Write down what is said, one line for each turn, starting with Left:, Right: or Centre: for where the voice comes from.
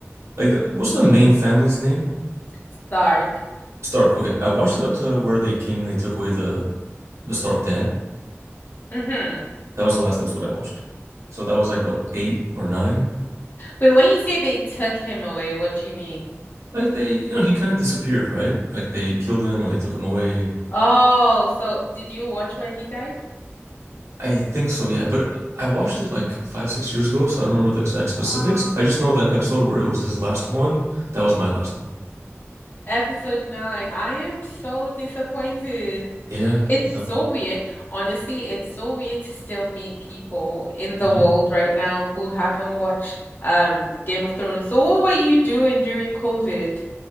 Right: like the, what's the main family's name?
Left: Stark.
Right: Stark. Okay, I watched it up to where they came and they took away the The Stark Dad.
Left: Mm-hmm.
Right: That was the last episode I watched. So that was like what, eight or nine?
Left: Wait, when you say they took him away, what do you mean?
Right: Like they, you know, he kind of disappeared, right? Like they killed him or they took him away.
Left: Oh, so did you watch where he died?
Right: I think so, yeah. But I watched it like five, six years ago, so I don't remember the exact specifics.
Left: Wow.
Right: I just know that episode where it was his last one. That was my last one.
Left: Episode 9. I am so disappointed.
Right: Yeah.
Left: It's
Right: No.
Left: so weird. Honestly, it's so weird to still meet people in the
Right: hmm
Left: world right now who haven't watched um Game of Thrones. So what were you doing during COVID?